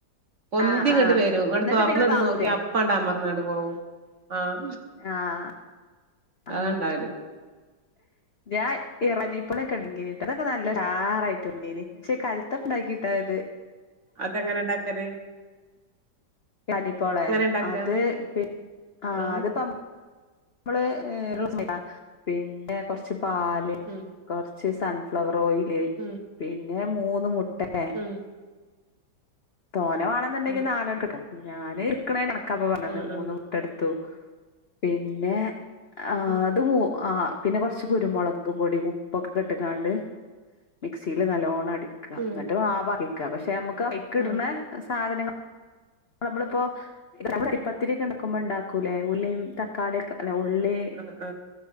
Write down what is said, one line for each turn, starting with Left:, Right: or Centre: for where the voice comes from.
Right: പൊന്തി
Left: ആഹ്
Right: ഇങ്ങട്ട്
Left: ആഹ്
Right: വരും ങ്ങട്ട്
Left: എന്നിട്ട്
Right: തൊറന്ന്ണ്ട്
Left: പിന്നെ താവൂലേ
Right: നോക്കിയാ അപ്പാണ്ട് മർന്നങ് പോവും ആഹ്
Left: ആഹ് ആഹ്
Right: അതാണ്ടാവല്
Left: ഞാൻ ഇറങ്ങിപ്പളെ കണങ്ങിട്ട് അതൊക്കെ നല്ല ഉഷാറായിട്ട് പൊന്തിൻ പക്ഷെ കൽത്തപ്പം ഉണ്ടാക്കിട്ടാത്
Right: അതെങ്ങനെ ഇണ്ടാക്കല്
Left: ഇറാനിപ്പോളെ
Right: ഉണ്ടാക്ക
Left: അത് പി ആഹ്
Right: ഉം
Left: അത്പ്പം നമ്മള് ഏഹ് പിന്നെ കൊറച്ച് പാല്
Right: ഉം
Left: കൊറച്ച് സൺഫ്ലവർ ഓയില്
Right: ഉം
Left: പിന്നെ മൂന്ന് മുട്ടെ
Right: ഉം
Left: തോനെ വാണെന്നുണ്ടെങ്കിൽ
Right: ഉം
Left: നാലണ്ണം ഇട്ത്തോ ഞാൻ ഇട്ക്ക്ണെ കണക്കാ പ്പൊ പറഞ്ഞന്നെ
Right: ഉം
Left: മൂന്ന്
Right: ഉം
Left: എടുത്തു പിന്നെ ആഹ്
Right: ഉം
Left: അത് മൂ ആഹ് പിന്നെ കൊറച്ച് കുരുമുളക് പൊടി ഉപ്പൊക്കെ ഇട്ട്ക്കാണ്ട് മിക്സിയിൽ നല്ലോണ്ണം അടി ക്കാ
Right: ഉം
Left: ന്നട്ട് മാവ് അടിക്കാ പക്ഷെ നമുക്ക് അയ്ക്കിട്ണെ
Right: ഉം
Left: സാധനങ്ങ ള് നമ്മളിപ്പോ ഇവിടെ അരിപ്പത്തിരി യൊക്കെ ഇണ്ടാക്കുമ്പോ ഇണ്ടാക്കൂല്ലേ ഉള്ളിയും തക്കാളിയൊക്കെ അല്ല ഉള്ളി
Right: ആഹ്